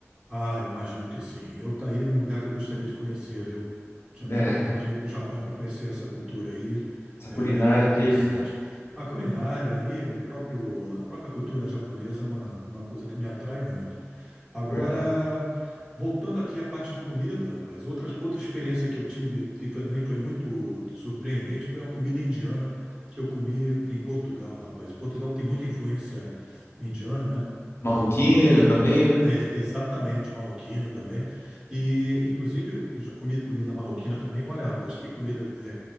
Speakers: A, on the right; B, on the left.
A: Ah, eu imagino que sim. Eu tá aí um lugar que eu gostaria de conhecer, viu? Tinha muita
B: É.
A: vontade de ir para o Japão para conhecer essa cultura aí.
B: Essa
A: É,
B: culinária
A: é muito
B: deles,
A: interessante.
B: né?
A: A culinária e o próprio, a própria cultura japonesa é uma, uma coisa que me atrai muito. Agora,
B: Verdade.
A: voltando aqui à parte de comida, rapaz, outra, outra experiência que eu tive que também foi muito surpreendente foi uma comida indiana que eu comi em Portugal, rapaz. Em Portugal tem muita influência indiana, né?
B: Marroquina
A: É,
B: também,
A: então,
B: né?
A: é ex- exatamente, marroquino também. E, inclusive, eu já comi comida marroquina também. Olha, rapaz, que comida